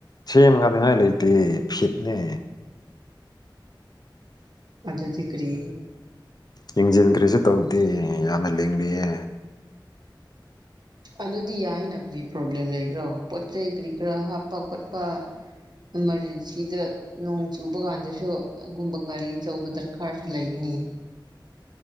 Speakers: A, on the left; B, on the right.
A: ꯁꯦꯝꯒꯥꯅꯤꯉꯥꯏ ꯂꯩꯇꯦ ꯐꯤꯠꯅꯦ
B: ꯑꯗꯨꯗꯤ ꯀꯔꯤ
A: ꯌꯦꯡꯁꯤꯟꯈ꯭ꯔꯦꯁꯨ ꯇꯧꯗꯦ ꯌꯥꯝꯅ ꯂꯤꯡꯂꯤꯌꯦ꯫
B: ꯑꯗꯨꯗꯤ ꯌꯥꯏꯅ ꯀꯔꯤ ꯄ꯭ꯔꯣꯕ꯭ꯂꯦꯝ ꯂꯩꯕ꯭ꯔꯣ ꯄꫭꯠ ꯖꯩ ꯀꯔꯤ ꯀ꯭ꯔꯥ ꯍꯥꯞꯄ ꯈꫭꯠꯄ ꯏꯃꯥꯔꯖꯦꯟꯁꯤꯗ ꯅꯣꯡ ꯆꯨꯕ ꯀꯥꯟꯗꯁꯨ ꯑꯒꯨꯝꯕ ꯒꯥꯔꯤ ꯆꯧꯕ ꯗꯔꯀꯥꯔꯁꯨ ꯂꯩꯕꯅꯤ꯫